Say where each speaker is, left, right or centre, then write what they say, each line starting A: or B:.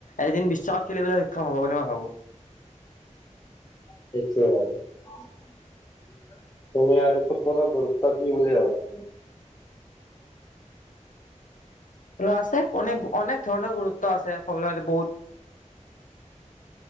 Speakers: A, on the left; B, on the left.
A: এদিন বিশ। চব খেলিবলৈ সক্ষম হ'ব বুলি মই ভাবো।
B: সেইটো আৰু তুমি আৰু ফুটবলৰ গুৰুত্ব কি বুলি ভাবা।
A: আছে অনেক অনেক ধৰণৰ গুৰুত্ব আছে ক'বলৈ গ'লে বহুত।